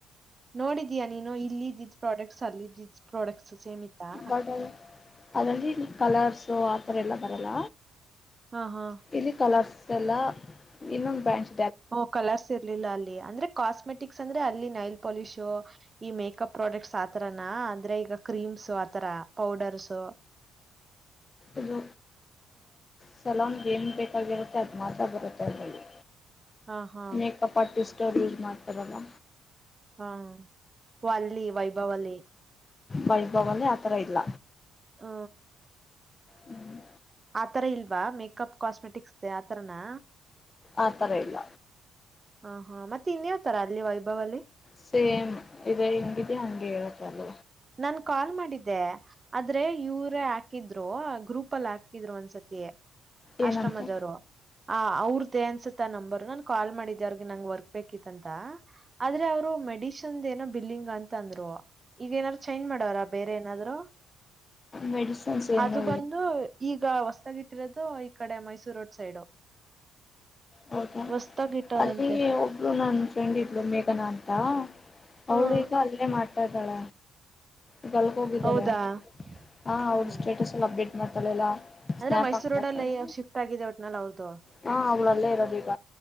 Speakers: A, on the right (about 30°); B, on the left (about 35°).
A: ನೋಡಿದೀಯಾ ನೀನು ಇಲ್ಲಿದ್ದಿದ್ ಪ್ರಾಡಕ್ಟ್ಸ್ ಅಲ್ಲಿದ್ದಿದ್ದ್ ಪ್ರಾಡಕ್ಟ್ಸ್ ಸೇಮ್ ಇತ್ತಾ
B: ಬಟ್ ಅದರಲ್ಲಿ ಕಲರ್ಸು ಆ ಥರ ಎಲ್ಲ ಬರಲ್ಲ
A: ಹಾ ಹಾ.
B: ಇಲ್ಲಿ ಕಲರ್ಸ್ ಇಲ್ಲ ಇನ್ನೊಂದು ಬ್ಯಾಂಚ್
A: ಹಓ ಕಲರ್ಸ್ ಇರ್ಲಿಲ್ಲ ಅಲ್ಲಿ ಅಂದ್ರೆ ಕಾಸ್ಮೆಟಕ್ ಅಂದ್ರೆ ಅಲ್ಲಿ ನೈಲ್ ಪಾಲಿಶ್ ಈ ಮೇಕಪ್ ಪ್ರಾಡಕ್ಟ್ಸ್ ಆತರ ಅಂದ್ರೆ ಈಗ ಕ್ರೀಮ್ಸ್ ಆತರ ಪೌಡರ್ಸ್
B: ಇದು ಸಲನ್ಗೆ ಏನು ಬೇಕಾಗಿರುತ್ತೆ ಅದು ಮಾತ್ರ ಬರುತ್ತೆ ಅದರಲ್ಲಿ
A: ಹಾ ಹಾ
B: ಮೇಕಪ್ ಆರ್ಟಿಸ್ಟ ಯೂಸ್ ಮಾಡ್ತಾರಲ್ಲ
A: ಹಾ ವಲ್ಲಿ ವೈಭವಲಿ
B: ವೈಭವನೇ ಆಥರ ಇಲ್ಲ
A: ಹ
B: ಹ್ಮ್
A: ಆತರ ಇಲ್ವಾ ಮೇಕಪ್ ಕಾಸ್ಮೆಟಿಕ್ಸ್ ಆತರನಾ
B: ಆಥರ ಇಲ್ಲ
A: ಹ ಹಾ ಮತ್ತೆ ಇನ್ಯಾವತಾರ ಅಲ್ಲಿ ವೈಭವಲ್ಲಿ
B: ಸೇಮ್ ಇ ಹಿಂಗಿದೆ ಹಂಗೆ ಹೇಳತ್ತಲ್
A: ನನ್ ಕಾಲ್ ಮಾಡಿದ್ದೆ ಆದ್ರೆ ಇವರ ಹಾಕಿದ್ದೆ ಗ್ರೂಪ್ ಅಲ್ಲಿ ಹಾಕಿದ್ರು ಒಂದ್ಸತಿ
B: ಏನಂತ
A: ಆಶ್ರಮದವರು ಆ ಅವ್ರ್ದೇ ಅನ್ಸುತ್ತ ನಂಬರ್ ನಾನ ಕಾಲ್ ಮಾಡಿದ್ದ ಅವ್ರಗ ನಂ ವರ್ಕ್ ಬೇಕಿತ್ತ ಅಂತ ಆದ್ರೆ ಅವರು ಮೇಡಿಷನ್ ಏನೋ ಬಿಲ್ಲಿಂಗ್ ಅಂತ ಅಂದ್ರು ಈಗ ಏನಾದ್ರು ಚೈಂಜ್ ಮಾಡವಾರ ಬೇರೆ ಏನಾದ್ರು
B: ಮೆಡಿಸಿನ್ಸ್ ಏನು
A: ಅದು ಬಂದು ಈಗ ಹೊಸದಗಿಟ್ಟ ಇಟ್ಟಿರೋದು ಈ ಕಡೆ ಮೈಸೂರು ರೋಡ್ ಸೈಡು
B: ಹೌದಾ
A: ಹೊಸ್ತಾಗಿಟ್ಟವ್ರಂತೆ
B: ಅಲ್ಲಿ ಒಬ್ರು ನನ್ನ ಫ್ರೆಂಡ್ ಇದ್ರು ಮೇಘನಾ ಅಂತ
A: ಹ್ಮ್
B: ಅವಳು ಈಗ ಅಲ್ಲೇ ಮಾಡ್ತಾ ಇದ್ದಾಳ ಈಗಲ್ಗೆ ಹೋಗಿದ್ದಾರೆ
A: ಹೌದಾ
B: ಹ
A: ಹ್ಮ್
B: ಅವ್ರ ಸ್ಟೇಟಸ್ ಎಲ್ಲ ಅಪ್ಡೇಟ್ ಮಾಡ್ತಳ ಎಲ್ಲ
A: ಅಂದ್ರೆ
B: ಸ್ನ್ಯಾಪ್
A: ಮೈಸೂರಡಲ್ಲಿ
B: ಹಾಕ್ತಾ ಇರ್ತಾಳೆ
A: ಶಿಫ್ಟ್ ಆಗಿದೆ ಒಟ್ನಲ್ಲಿ ಅವ್ರ್ದು
B: ಹಾ ಅವಳಲ್ಲೇ ಇರೋದ ಈಗ